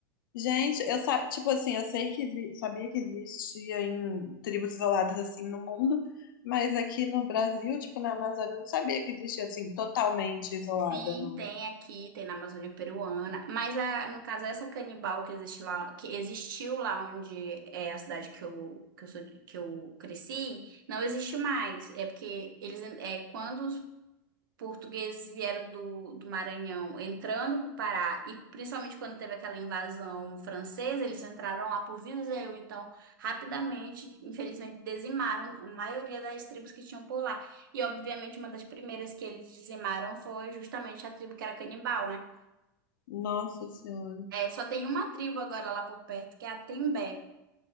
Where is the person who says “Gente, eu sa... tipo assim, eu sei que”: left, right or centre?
Left